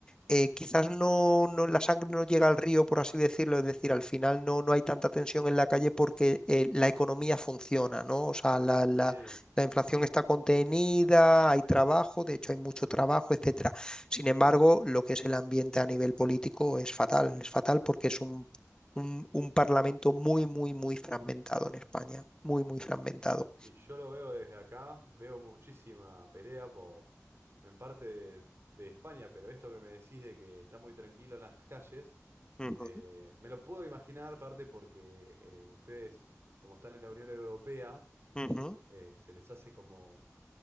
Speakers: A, on the left; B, on the right.
A: eh, quizás no, no, la sangre no llega al río, por así decirlo, es decir, al final no, no hay tanta tensión en la calle porque eh, la economía funciona, ¿no? O sea, la, la-
B: Sí,
A: la inflación está contenida, hay trabajo, de hecho hay mucho trabajo, etcétera. Sin embargo, lo que es el ambiente a nivel político es fatal, es fatal porque es un, un, un parlamento muy, muy, muy fragmentado en España, muy, muy fragmentado.
B: Y yo lo veo desde acá, veo muchísima pelea por, en parte de, de España, pero esto que me decís de que está muy tranquilo en las calles,
A: Ujú,
B: eh, me lo puedo imaginar, parte porque eh, ustedes, como están en la Unión Europea,
A: ujú.
B: eh, se les hace como,